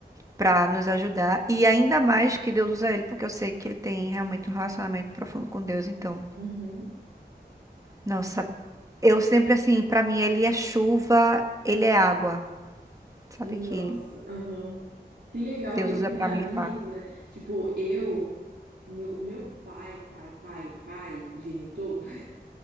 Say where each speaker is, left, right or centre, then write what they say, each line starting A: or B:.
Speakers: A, on the right; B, on the right.
A: para nos ajudar. E ainda mais que Deus usa ele, porque eu sei que ele tem realmente um relacionamento profundo com Deus. Então,
B: Uhum.
A: nossa, eu sempre assim, para mim ele é chuva, ele é água, sabe?
B: Nossa,
A: Que
B: aham. Que legal
A: Deus
B: que.
A: usa
B: Não,
A: para
B: é
A: me limpar.
B: bonito, né? Tipo, eu. Meu, o meu pai, pai, pai, pai, genitor.